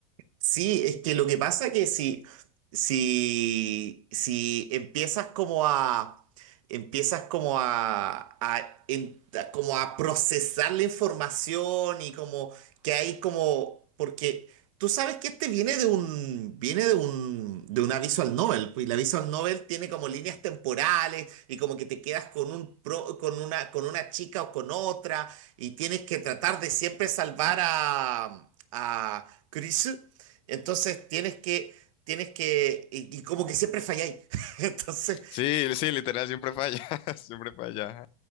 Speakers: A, on the right; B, on the left.
A: Sí, es que lo que pasa que si, si, si empiezas como a, empiezas como a, a en- a- como a procesar la información y como que hay como, porque tú sabes que este viene de un, viene de un, de una visual novel, pues, y la visual novel tiene como líneas temporales y como que te quedas con un pro- con una, con una chica o con otra y tienes que tratar de siempre salvar a, a Chris. Entonces tienes que, tienes que, y, y como que siempre falláis. <laughs> Entonces,
B: Sí, sí, literal, siempre falla, <laughs> siempre falla.